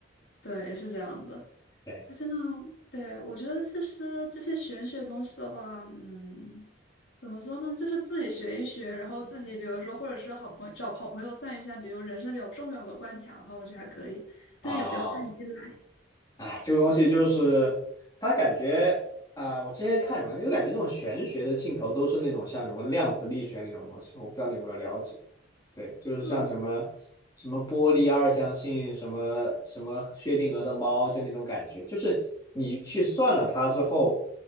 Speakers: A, on the left; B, on the left.
A: 对，是这样的。
B: 对
A: 就像，对，我觉得其实这些玄学东西的话，嗯，怎么说呢？就是自己学一学，然后自己比如说，或者是好朋友找好朋友算一算，比如人生比较重要的关卡的话，我觉得还可以，但也不要太依赖。
B: 啊，哎，这个东西就是它感觉啊、我之前看什么，就感觉这种玄学的镜头都是那种像什么量子力学那种东西，我不知道你有没有了解。对，就是像什么什么波粒二象性，
A: 哦，
B: 什么什么薛定谔的猫，就那种感觉，就是你去算了它之后，